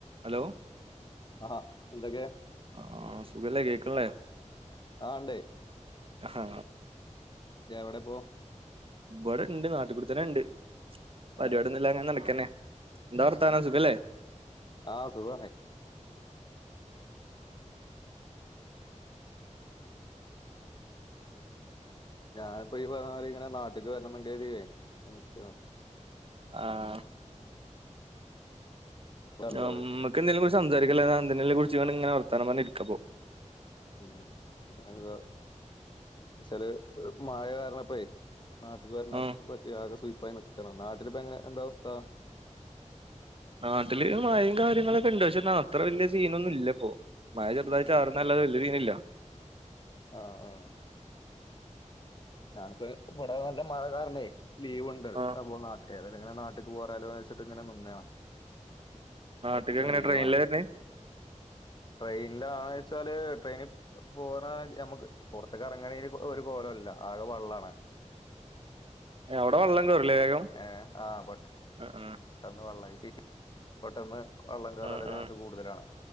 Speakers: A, on the right; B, on the left.
A: Hello
B: ആഹ് എന്തൊക്കെ?
A: ആഹ് സുഖല്ലേ കേക്ക്ൺലേ.
B: ആണ്ടേ.
A: ആ
B: എവ്ടെപ്പോ?
A: ഇവ്ടെണ്ട് നാട്ടികൂടെത്തന്നെണ്ട്. പര്പാടിഒന്നുംല്ലാതങ്ങനെ
B: ഏ,
A: നടക്കന്നെ എന്താ വർത്താനം സുഖംല്ലേ?
B: ആഹ് സുഖവാണേ. ഞാനിപ്പ ഈ പറഞ്ഞമാതിരി ഇങ്ങനെ നാട്ടിക്ക് വരണംന്ന്കര്തിയേ നിക്കാന്നു.
A: ആഹ്
B: നല്ലത്
A: നമ്മക്കെന്തെലുംകുറിച്ച് സംസാരിക്കല്ലതെ എന്തെതിനെലും കുറിച്ച് ഇങ്ങനെ വർത്താനം പറഞ്ഞിരിക്കാപ്പോ
B: ഉം അതെ എന്താചാല് മഴ കാരണംപ്പഴെ നാട്ടിക്ക് വര്ണ
A: ആ
B: പറ്റിയാകെ സുയിപ്പായി നിക്കാണ് നാട്ടിലിപ്പ എങ്ങനെ എന്താ അവസ്ഥ?
A: നാട്ടില് മഴയും കാര്യങ്ങളൊക്കെണ്ട് പഷേ അത്രവല്യ സീനൊന്നും ഇല്ലപ്പോ. മഴ ചെറുതായി
B: ആ
A: ചാറുംന്നല്ലാതെ വല്യരീല്ല.
B: ആഹ് ആഹ് ഞാനിപ്പോ ഇവ്ടെ നല്ല മഴ കാരണേ ലീവ്ണ്ട്
A: ആ
B: അപ്പോ ന ഏതാലുംങ്ങനെ നാട്ടിക്ക് പോരാലോ ച്ചിട്ടിങ്ങനെ നിന്നേയാണ്
A: നാട്ടിക്ക്
B: കൊറച്ച്സം
A: എങ്ങനെ
B: ലീവാണ്.
A: ട്രെയിനിലാ വരുന്നേ
B: ട്രെയിൻലാണ്ച്ചാല് ട്രെയിനി പോണ ഞമ്മക്ക് പൊറത്തേക്ക്റങ്ങണെ ഒര് കോലംല്ല ആകെ വള്ളാണ്.
A: അവ്ടെ വള്ളം കേറ്ല്ലേവേഗം?
B: ഏ ആഹ് പെട്ട്
A: ആഹ് ആഹ്
B: അതന്ന് വള്ളായി സീറ്റ് പെട്ടെന്ന് വള്ളം കേറാന്ള്ള
A: ആ ആ
B: ചാൻസ് കൂട്തലാണ്